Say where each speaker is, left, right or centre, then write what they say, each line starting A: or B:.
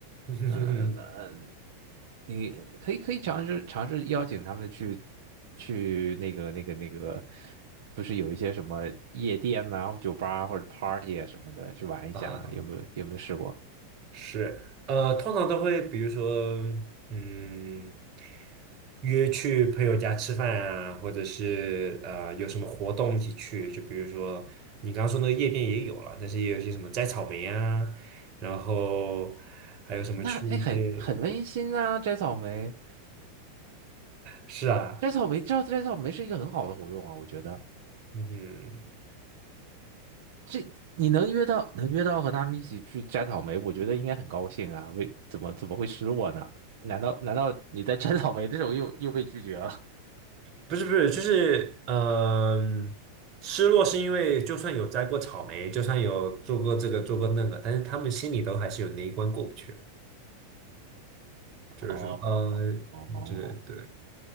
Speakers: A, on the right (about 35°); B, on the right (about 55°).
A: 嗯
B: 嗯、呃，你可以可以尝试尝试邀请他们去去那个那个那个，不是有一些什么夜店呐、酒吧啊或者 party 啊什么的去玩一下，
A: <laughs> 啊
B: 有没有有没有试过？
A: 是，呃，通常都会比如说，嗯，约去朋友家吃饭啊，或者是呃有什么活动一起去，就比如说你刚刚说那个夜店也有了，但是也有一些什么摘草莓啊，然后还有什么去一些，
B: 那哎很很温馨啊，摘草莓，
A: 是啊，
B: 摘草莓，这摘草莓是一个很好的活动啊，我觉得。
A: 嗯，
B: 这你能约到能约到和他们一起去摘草莓，我觉得应该很高兴啊。为怎么怎么会失落呢？难道难道你在摘草莓的时候又又被拒绝了？<laughs>
A: 不是不是，就是嗯、失落是因为就算有摘过草莓，就算有做过这个做过那个，但是他们心里都还是有那一关过不去。就是说，
B: 哦
A: 啊，
B: 哦，
A: 对对，